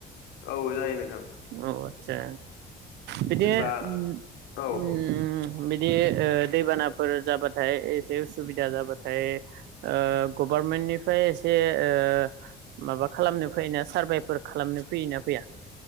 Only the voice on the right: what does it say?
अ आतसा बिदि
ओम
ओम ओम बिदि ओ दैबानाफोर जाबाथाय एसे उसुबिदा जाबाथाय ओ गभारमेन्टनिफ्राय एसे ओ माबा खालामनो फैयो ना सारभेफोर खालामनो फैयोना फैया?